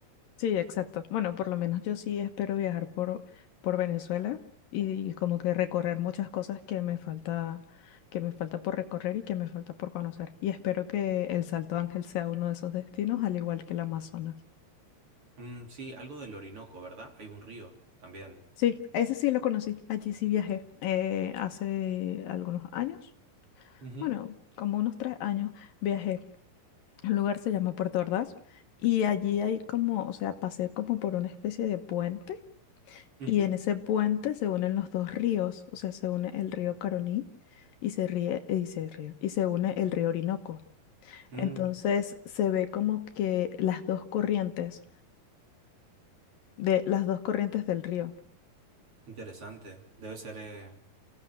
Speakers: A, on the left; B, on the right.
A: Sí, exacto. Bueno, por lo menos yo sí espero viajar por, por Venezuela y, como que recorrer muchas cosas que me falta, que me falta por recorrer y que me falta por conocer. Y espero que el Salto Ángel sea uno de esos destinos, al igual que el Amazonas.
B: Mm, sí, algo del Orinoco, ¿verdad? Hay un río también.
A: Sí, ese sí lo conocí. Allí sí viajé eh, hace algunos años.
B: Ujú,
A: Bueno, como unos tres años viajé. El lugar se llama Puerto Ordaz y allí hay como, o sea, pasé como por una especie de puente
B: ujú.
A: Y en ese puente se unen los dos ríos, o sea, se une el río Caroní y se ríe, y se ríe, y se une el río Orinoco.
B: Mm,
A: Entonces se ve como que las dos corrientes de las dos corrientes del río.
B: interesante. Debe ser, eh,